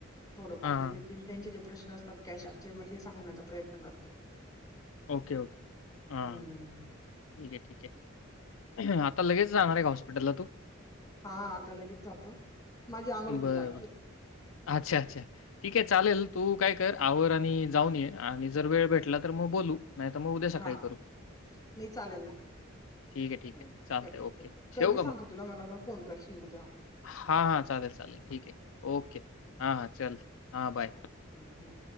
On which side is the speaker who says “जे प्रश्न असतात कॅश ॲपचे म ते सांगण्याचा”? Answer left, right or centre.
Left